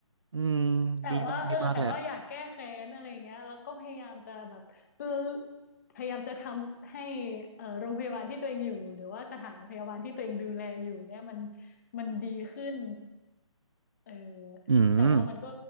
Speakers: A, on the right; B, on the left.
A: อืม
B: แต่ว่าเออแต่ว่าอยากแก้แค้นอะไรเงี้ยแล้วก็พยายามจะแบบเออ
A: ดีมากดีมากแหละ
B: พยายามจะทำให้เออโรงพยาบาลที่ตัวเองอยู่หรือว่าสถานพยาบาลที่ตัวเองดูแลอยู่เนี่ยมันมันดีขึ้นเออ
A: อืม
B: แต่ว่ามันก็